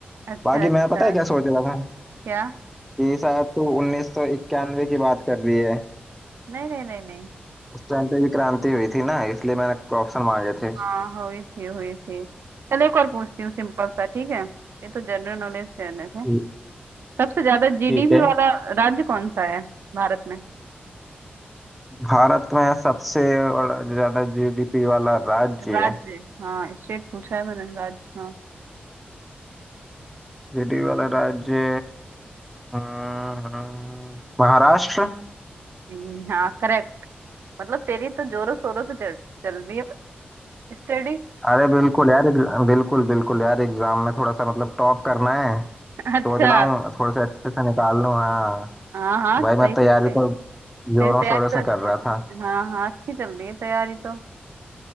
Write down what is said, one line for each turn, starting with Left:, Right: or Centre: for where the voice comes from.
Right: अच्छा
Centre: बाकी
Right: अच्छा
Centre: मैं पता है क्या सोच रहा था
Right: क्या
Centre: कि शायद तू उन्नीस सौ इक्यानवे की बात कर रही है
Right: नहीं नहीं नहीं नहीं
Centre: उस टाइम पे भी क्रांति हुई थी ना इसलिए मैंने ऑप्शन मांगे थे
Right: हाँ हुई थी हुई थी चल एक और पूछती हूँ सिंपल सा ठीक है ये तो जनरल नॉलेज करने से
Centre: ठीक
Right: सबसे ज्यादा जीडीपी
Centre: ठीक है
Right: वाला राज्य कौन सा है भारत में
Centre: भारत में सबसे बड़ा- ज्यादा जीडीपी वाला राज्य
Right: राज्य हाँ स्टेट पूछा है मैंने राज्य हाँ
Centre: जीडीपी वाला राज्य हम्म, महाराष्ट्र
Right: हम्म, हाँ करेक्ट मतलब तेरी तो जोरों शोरों से चल चल रही है स्टडी <laughs>
Centre: अरे बिल्कुल यार बिल्कुल बिल्कुल यार एग्जाम में थोड़ा सा मतलब टॉप करना है सोच
Right: अच्छा
Centre: रहा हूँ थोड़े से अच्छे से निकाल लूँ हाँ
Right: हाँ हाँ
Centre: तो भाई
Right: सही
Centre: मैं तैयारी
Right: चल रही है
Centre: तो जोरों
Right: तेरी तैयारी
Centre: शोरों से
Right: तो अच्छी
Centre: कर रहा था
Right: हाँ हाँ अच्छी चल रही है तैयारी तो